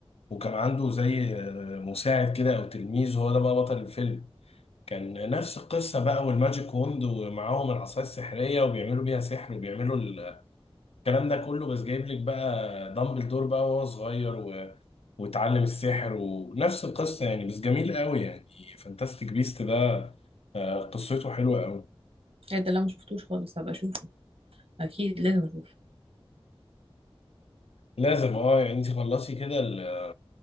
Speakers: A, on the left; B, on the right.
A: وكان عنده زي مساعد كده او تلميذ هو ده بقى بطل الفيلم كان نفس القصة بقى والماجيك وند ومعاهم العصاية السحرية وبيعملوا بيها سحر وبيعملوا ال- الكلام ده كله بس جايب لك بقى دامبلدور بقى وهو صغير و... واتعلم السحر ونفس القصة يعني بس جميل قوي يعني فانتاستيك بيست ده آه، قصته حلوة قوي
B: ايه ده لا مش شفتوش خالص هبقى اشوفه اكيد لازم اشوفه
A: لازم اه يعني انت خلصي كده ال-